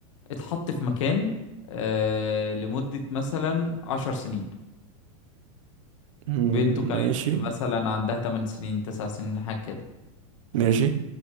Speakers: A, on the left; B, on the right.
A: اتحط في مكان آه لمدة مثلا عشر سنين
B: مم،
A: بنته كانت
B: ماشي
A: مثلا عندها 8 سنين 9 سنين حاجة كده
B: ماشي